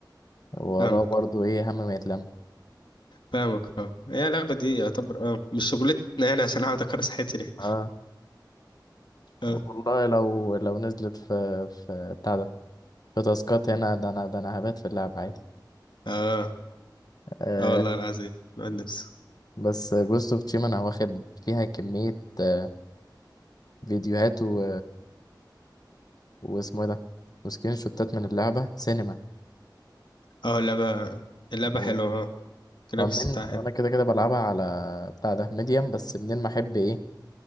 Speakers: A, on the left (about 55°); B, on the left (about 80°).
A: وراه
B: فاهمك
A: برضه ايه هم ما يتلم
B: فاهمك اه هي اللعبه دي يعتبر اه مش شغلتنا يعني عشان اقعد اكرس حياتي ليه
A: اه
B: اه
A: والله لو لو نزلت في في بتاع ده في تاسكات هنا ده انا ده انا هبات في اللعب عادي
B: اه
A: آه
B: اه والله العظيم بعد نفسه
A: بس جوست اوف تشيما انا واخد فيها كمية آه، فيديوهات و... واسمه ايه ده وسكرين شوتات من اللعبة سينما
B: اه اللعبة اللعبة
A: آه،
B: حلوة اه الجرافيكس
A: منين
B: بتاعها حلو
A: انا كده كده بلعبها على بتاع ده ميديم بس منين ما احب ايه